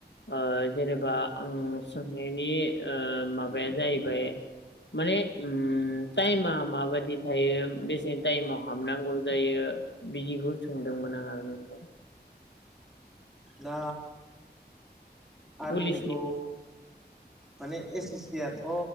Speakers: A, on the left (about 90°); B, in the centre.
A: ओ जेनेबा ओ सोंनायनि ओ माबाया जा जाहैबाय माने उम टाइमा माबादि थायो बेसेन टाइमाव हाबनांगौ जायो? बिदिखौ सोंदोंमोन आं आरो <unintelligible>
B: दा आर्मिनिखौ
A: पुलिसनिखौ
B: माने एस एस सि आथ'